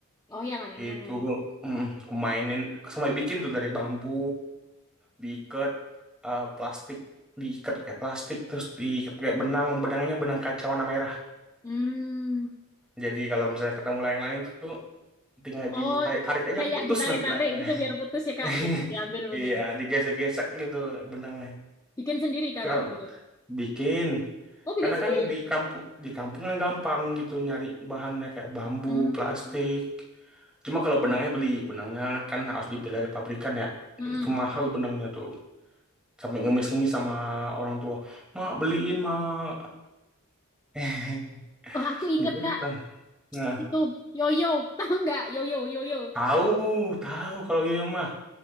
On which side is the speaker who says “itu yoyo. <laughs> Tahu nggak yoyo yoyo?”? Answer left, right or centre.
Left